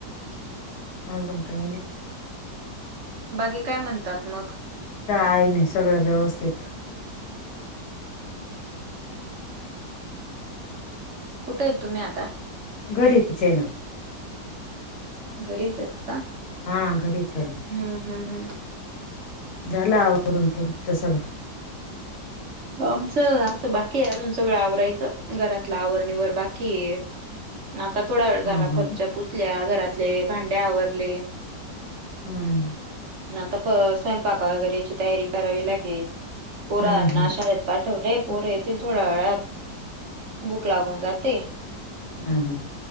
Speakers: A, on the left (about 65°); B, on the right (about 60°).
A: सांगून ठेवावे.
B: बाकी काय म्हणतात मग?
A: काय नाही सगळं व्यवस्थित.
B: कुठे आहेत तुम्ही आता?
A: घरीच आहे ना.
B: घरीच आहेत का?
A: हा घरीच ना.
B: हम् हम् हम्.
A: झाला आवरून तुमच सगळं?
B: आमचं, आमचं बाकी आहे अजून सगळं आवरायचं घरातलं आवरणीिवर बाकी आहे.
A: <inaudible>
B: आता थोडा वेळ
A: हम्म
B: झाला फर्च्या पुचल्या घरातले भांड्या आवरले.
A: हम्म.
B: मग आता प स्वयंपाक वगैरेची तयारी करावी लागेल पोरांना
A: हम्म
B: अश पाठवले
A: हम्म
B: पोर येतील थोड्या वेळात भुक लागून जाते.
A: हम् हम्.